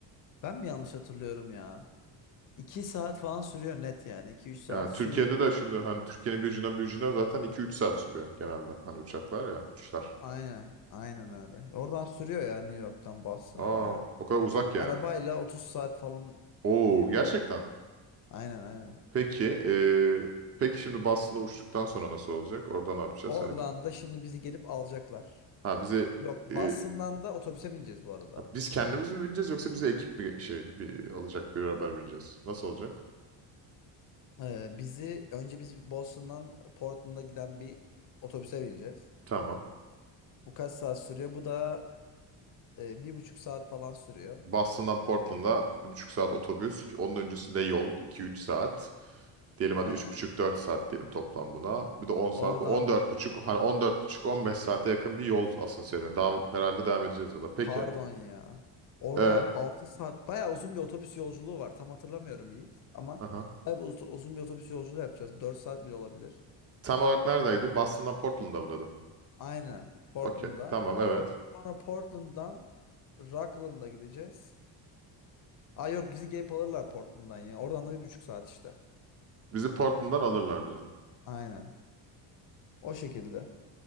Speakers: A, on the left (about 45°); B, on the right (about 30°).
A: ben mi yanlış hatırlıyorum ya? 2 saat falan sürüyor net yani. iki üç saat
B: Yani Türkiye'de
A: sürüyor diye.
B: de şimdi hani Türkiye'nin bir ucundan bir ucuna zaten iki üç saat sürüyor genelde. Hani uçaklar ya uçuşlar.
A: Aynen. Aynen öyle. Oradan sürüyor ya New York'tan Boston'a
B: Aa
A: bayağı.
B: o kadar uzak yani.
A: Arabayla 30 saat falan
B: Oo
A: diye biliyorum.
B: gerçekten.
A: Aynen aynen.
B: Peki eee, peki şimdi Boston'a uçtuktan sonra nasıl olacak? Orada ne yapacağız?
A: Oradan
B: Hani biz,
A: da şimdi bizi gelip alacaklar.
B: ha bize
A: Yok Boston'dan
B: eee,
A: da otobüse bineceğiz bu arada.
B: ha, biz kendimiz mi bineceğiz yoksa bize ekip bir şey bir, alacak bir haber bineceğiz? Nasıl olacak?
A: Ee, bizi önce biz Boston'dan Portland'a giden bir otobüse bineceğiz.
B: Tamam.
A: Bu kaç saat sürüyor? Bu da e, bir buçuk saat falan sürüyor.
B: Boston'dan Portland'a bir buçuk saat otobüs. Onun öncesinde yol iki üç saat. Diyelim
A: Aynen.
B: hadi üç buçuk dört saat diyelim toplam buna. Bir de 10 saat.
A: Oradan
B: on dört buçuk, hani on dört buçuk on beş saate yakın bir yol aslında serüveni. Daha herhalde devam edeceğiz yola. Peki.
A: Pardon ya. Oradan
B: E,
A: 6 saat bayağı uzun bir otobüs yolculuğu var. Tam hatırlamıyorum Yiğit ama
B: aha.
A: bayağı bir uz- uzun bir otobüs yolculuğu yapacağız. dört saat bile olabilir.
B: Tam olarak neredeydi? Boston'dan Portland'a mı dedin?
A: Aynen. Portland'a.
B: Okey. Tamam evet.
A: Sonra Portland'dan Rockland'a gideceğiz. Aa yok bizi gelip alırlar Portland'dan ya. Oradan da bir buçuk saat işte.
B: Bizi Portland'dan alırlar diyorsun.
A: Aynen. O şekilde.